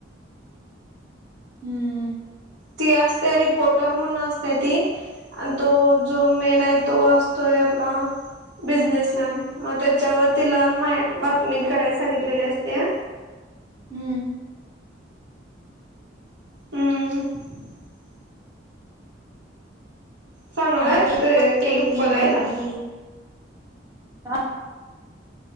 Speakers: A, on the right (about 15°); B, on the right (about 65°).
A: हम्म
B: ती असते रिपोर्टर म्हणून असते ती आणि तो जो मेन आहे तो असतोय बिझनेस मॅन मग त्याच्यावर तिला बातमी कराय सांगितलेली अस्तिया.
A: हम्म
B: हम्म. चांगला
A: आणिवती
B: आहे केक बघायला
A: मुलगी का <unintelligible>